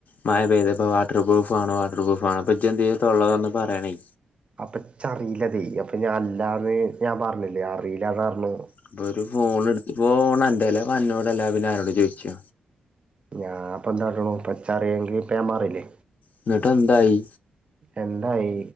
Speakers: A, on the left; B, on the right.
A: മഴ പെയ്ത്പ്പപ്പോ വാട്ടർ പ്രൂഫ് ആണോ വാട്ടർ പ്രൂഫ ആണോ അപ്പൊ ജന്തിയ തുള്ളള്ളതന്ന് പറയണേ.
B: അപ്പൊ ചറിയില്ലതെ അപ്പൊ ഞൻ അല്ലാന്ന് ഞാൻ പറഞ്ഞില്ലേ അറിയില്ലന്ന റഞ്ഞു.
A: അ വരു ഫോൺ എടുത്ത് പോണം എന്തല്ല പറഞ്ഞോടല്ല പിന്നെ ആരോട് ചോദിച്ചു?
B: ഞാൻപ്പ എന്താട്ടണു പച്ചാറിയെങ്കി പേൻമാറില്ലേ?
A: എന്നിട്ട് എന്തായി?
B: എന്തായി